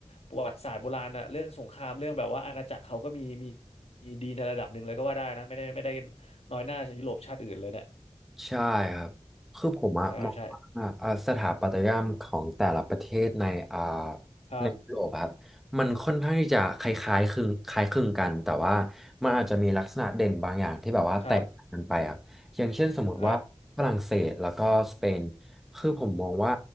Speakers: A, on the left; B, in the centre.
A: ประวัติศาสตร์โบราณนะเรื่องสงครามเรื่องแบบว่าอาณาจักรเขาก็มีมีมีดีในระดับหนึ่งเลยก็ว่าได้นะ ไม่ได้ไม่ได้น้อยหน้ายุโรปชาติอื่นเลยเนี่ย
B: ใช่ครับคือผมอะมองว่าอ่าสถาปัตยกรรมของแต่ละประเทศในอ่า
A: ใช่ใช่ครับ
B: ในยุโรปอะครับมันค่อนข้างที่จะคล้ายๆคลึงคล้ายคลึงกันแต่ว่ามันอาจจะมีลักษณะเด่นบางอย่างที่แบบว่าแตกต่างกันไปครับอย่างเช่นสมมติว่าฝรั่งเศสแล้วก็สเปน
A: ครับครับ
B: คือผมมองว่า